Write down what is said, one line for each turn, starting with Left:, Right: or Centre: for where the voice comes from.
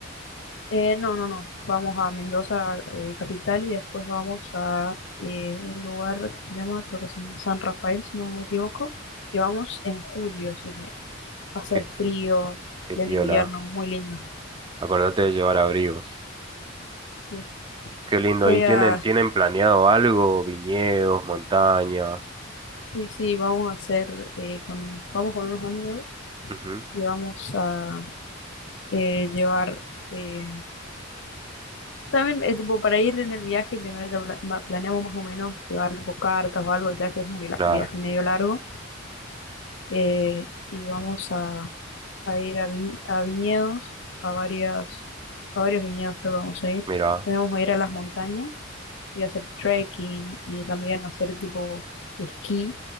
Left: Eh, no, no, no. Vamos a Mendoza, eh, capital, y después vamos a eh, un lugar que se llama, creo que es San Rafael, si no me equivoco, y vamos en julio, así que va a ser
Right: ¿Qué,
Left: frío,
Right: qué
Left: pleno
Right: piola?
Left: invierno, muy lindo.
Right: Acordate de llevar abrigos.
Left: Sí,
Right: Qué lindo.
Left: voy
Right: ¿Y tienen,
Left: a,
Right: tienen planeado algo? Viñedos, montaña,
Left: sí, sí, vamos a hacer, eh, con, vamos con unos amigos
Right: Ujú,
Left: y vamos a eh, llevar, eh, también, eh, tipo, para ir en el viaje, primero ya pla- ma- planeamos más o menos llevar tipo, cartas o algo, ya que es un vila-
Right: Claro,
Left: viaje medio largo eh, y vamos a, a ir a, vi- a viñedos, a varias, a varios viñedos creo que vamos a ir.
Right: mira,
Left: También vamos a ir a las montañas y hacer trekking y también hacer tipo esquí,